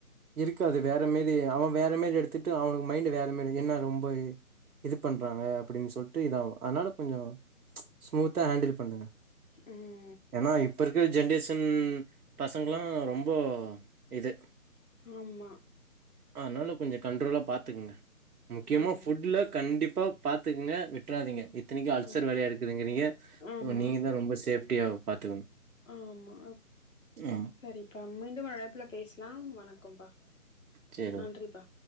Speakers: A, on the right; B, on the left.
A: இருக்காது வேற மேரி அவன் வேற மேரி எடுத்துட்டு அவனுக்கு மைண்ட் வேற மேரி என்ன ரொம்ப இது பண்றாங்க அப்டின் சொல்ட்டு இதாகு அதனால கொஞ்சோ ஸ்மூத்தா ஹேண்டில் பண்ணுங்க
B: ம்
A: ஏன்னா இப்ப இருக்கிற ஜென்ரேஷன் பசங்களா ரொம்போ இது
B: ஆமா
A: அதனால கொஞ்சோ கண்ட்ரோலா பாத்துக்கங்க முக்கியமா
B: ஆமா
A: ஃபுட்ல கண்டிப்பா பாத்துக்கங்க விட்ராதீங்க இத்தனைக்கு அல்சர்
B: ம்
A: வேறயா இருக்குதுங்கிறீங்க
B: ஆமா
A: நீங்க தான் ரொம்ப சேப்டியா பாத்துக்கணு
B: ஆமா
A: ம்
B: சரிப்பா மீண்டு வேற அழைப்புல பேசலா வணக்கபா
A: சேரி
B: நன்றிப்பா
A: ஓகே